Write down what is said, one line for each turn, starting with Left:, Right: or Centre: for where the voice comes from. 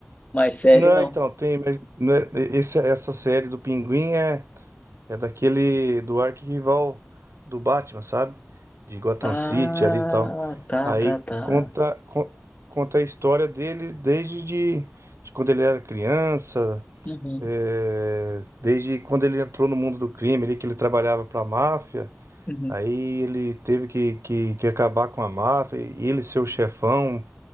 Left: Mas série,
Right: Não,
Left: não.
Right: então, tem, mas não é- esse- essa série do Pinguim é, é daquele, do arquirrival do Batman, sabe? De Gotham
Left: Ah,
Right: City ali e tal.
Left: tá,
Right: Aí
Left: tá, tá.
Right: conta, con- conta a história dele desde de de quando ele era criança
Left: Uhum,
Right: É, desde quando ele entrou no mundo do crime, ali que ele trabalhava para a máfia,
Left: uhum.
Right: aí ele teve que, que, que acabar com a máfia, e ele ser o chefão.